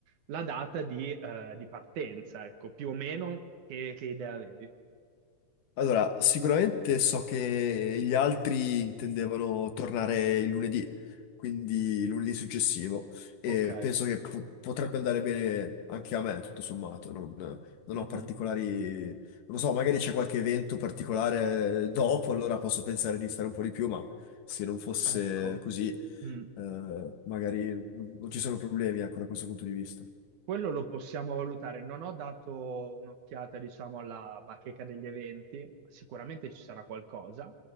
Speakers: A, on the right; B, on the left.
A: la data di, eh, di partenza, ecco, più o meno che, che idea avevi.
B: Allora, sicuramente so che gli altri intendevano tornare il lunedì, quindi lunedì successivo, e
A: Ok.
B: penso che po- potrebbe andare bene anche a me, tutto sommato. Non, non
A: Mhm.
B: ho particolari, non lo so, magari c'è qualche evento particolare dopo, allora posso pensare di stare un po' di più, ma se non fosse
A: Ecco,
B: così,
A: Mm.
B: eh, magari non, non ci sono problemi, ecco, da questo punto di vista.
A: quello lo possiamo valutare. Non ho dato un'occhiata, diciamo, alla bacheca degli eventi, sicuramente ci sarà qualcosa.